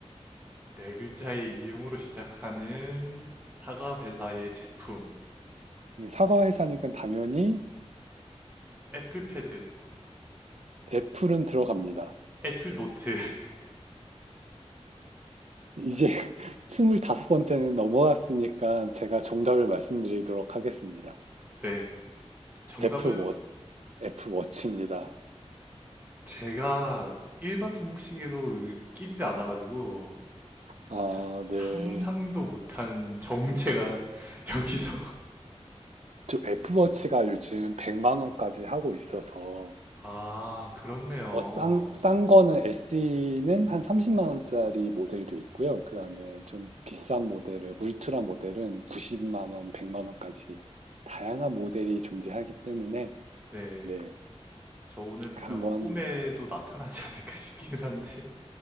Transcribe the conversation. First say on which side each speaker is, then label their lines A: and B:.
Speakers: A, on the right; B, on the right.
A: 네 글자의 이응으로 시작하는 사과 회사의 제품.
B: 사과 회사니까 당연히
A: 애플패드.
B: 애플은 들어갑니다.
A: 애플 노트. <laughs>
B: 이제 <laughs> 25번째는 넘어왔으니까 제가 정답을 말씀드리도록 하겠습니다.
A: 네. 정답은
B: 애플워, 애플워치입니다.
A: 제가 일반 손목시계도 끼지 않아가지고 진짜
B: 아,
A: 상상도
B: 네.
A: 못한 정체가 <laughs> 여기서
B: 저 애플워치가 요즘 100만 원까지 하고 있어서
A: 아 그렇네요.
B: 어, 싼, 싼 거는 SE는 한 30만 원짜리 모델도 있고요. 그다음에 좀 비싼 모델은 울트라 모델은 90만 원, 100만 원까지 다양한 모델이 존재하기 때문에
A: 네.
B: 네,
A: 저 오늘 밤에
B: 한번
A: 아마 꿈에도 나타나지 않을까 싶기는 한데